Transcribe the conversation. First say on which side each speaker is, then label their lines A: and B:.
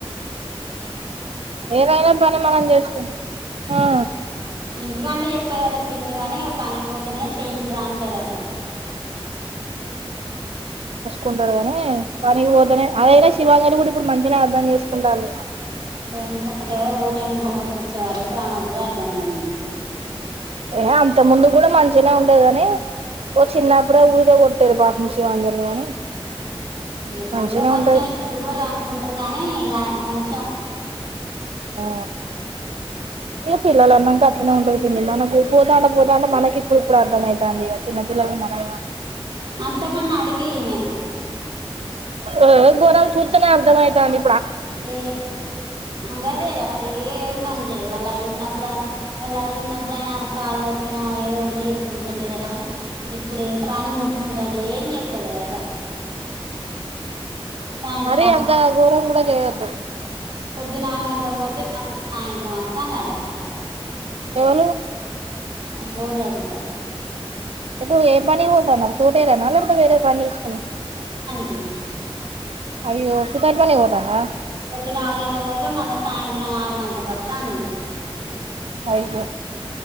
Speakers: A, on the right (about 50°); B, on the right (about 80°).
A: ఉ
B: ఏదైనా పని మనం చేస్తాం ఆ
A: ఇంటికన్నె చెప్పదట పిన్ని కాని పనిపోతునే చెయ్యల్ రా అంటదట
B: కుంటారు గానీ పనికి పోతేనే అదైనా శివాంగ కూడా ఇప్పుడు మంచిగానే అర్థం చేసుకుంటాలి
A: ఇప్పుడు ఏంటంటే ఒటేనుక ఒకటి వచ్చే వారకి కోమాకు కూడా అర్థంమైంది
B: ఆ అంత ముందు కూడా మంచినే ఉండేది కాని ఓ చిన్నప్పుడే ఉద పెట్టారు పాపం శివాంజలి కానీ
A: ఇప్పుడు
B: మంచిగానే
A: కూడా కొంచెం
B: ఉంటది
A: ఇష్టలు కూడా అనుకుంటారు కానీ ఇగ కొంచెం
B: ఆ ఏ పిల్లలన్నంక అట్లనే ఉంటారు పిల్లలన్నాక పోత అంటే పోత అంటే మనకి ఇప్పుడు ఇప్పుడు అర్థమవుతుంది ఇగ చిన్నపిల్లల్ని మనమే
A: అంతకన్నా ఈమె
B: ఓ బడాయి సుతనే అర్థమయతంది
A: ఏ మంగదేరా ఏం బం దు వాళ్ళు అయి ఉన్నప్పుడు వాళ్ళు అయి ఉన్నప్పుడు ఆయినా కాళ్ళుొత్తిన ఏదో ఒకటి చేసుకుంటుండేదట కాని ఇప్పుడు పానం ముట్టుకుంటుట ఏం చేస్తలేదట సాయంత్రం
B: మరీ
A: ఆరు
B: అంత గోరంగా కూడా చే యొద్దు
A: పద్దున ఆరు గంటలకు పోతే సాయంత్రం అ కన్నడ
B: ఎవలు
A: బోర్ రాజిత
B: ఎటు ఏ పని వోతన్నారు చూటే రా మల పోతేే పనుసూసుకున్నావ్
A: ఉస్
B: అయ్యో సుతార్ పనే పోతాండా
A: పొద్దు నాలురు గంటలకు పోతే మళ్ళా సాయంత్రం ఆరు గంటలలకు వస్తా అంది ఆ
B: అయ్యో